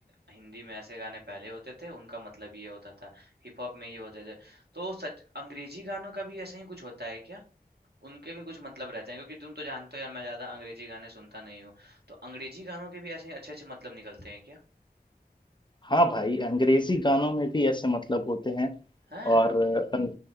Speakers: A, on the right; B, on the left.
A: हिंदी में ऐसे गाने पहले होते थे उनका मतलब ये होता था हिप हॉप में ये होते थे तो सच अंग्रेजी गानों का भी ऐसा ही कुछ होता है क्या उनके भी कुछ मतलब रहते हैं क्योंकि तुम तो जानते हो यार मैं ज्यादा अंग्रेजी गाने सुनता नहीं हूँ तो अंग्रेजी गानों के भी ऐसे ही अच्छे अच्छे मतलब निकलते हैं क्या
B: हाँ भाई अंग्रेजी गानों में भी ऐसे मतलब होते हैं
A: हैं
B: और अंग,